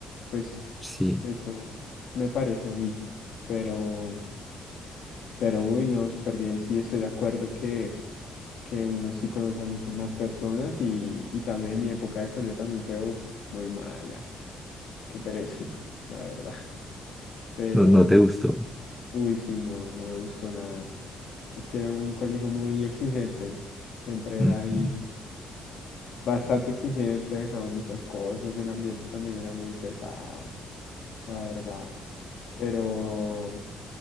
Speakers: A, on the left; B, in the centre.
A: Pues
B: Sí,
A: eso me parece a mí. Pero, pero uy, no, súper bien. Sí, estoy de acuerdo que, que uno sí conoce a muchas más personas y, y también mi época de colegio también fue, uf, muy mala. Qué pereza, <laughs> la verdad. Pero,
B: no, no te gustó.
A: Uy, sí, no, no me gustó nada. Es que era un colegio muy exigente. Siempre
B: Ujú,
A: era ahí bastante exigente, dejaban muchas cosas. El ambiente también era muy pesado, la verdad. Pero,